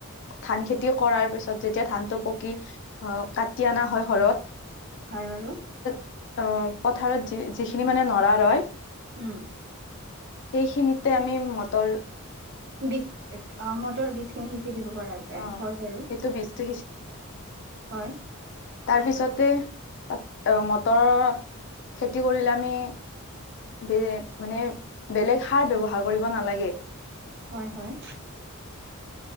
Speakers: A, on the left; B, on the right.
A: ধান খেতি কৰাৰ পিছত, যেতিয়া ধানটো পকি আহ কাটি অনা হয় ঘৰত
B: হয়, বাৰু।
A: অ', পথাৰত যি-যিখিনি মানে নৰা ৰয়।
B: উম
A: সেইখিনিতে আমি মটৰ
B: বিজ অ', মটৰ বিজখিনি সিঁচি দিব পৰা যায়,
A: অ
B: হয় বাৰু।
A: সেইটো বীজটো
B: হয়।
A: তাৰপিছতে তাত মটৰৰ খেতি কৰিলে আমি বে মানে বেলেগ সাৰ ব্যৱহাৰ কৰিব নালাগে।
B: হয়, হয়।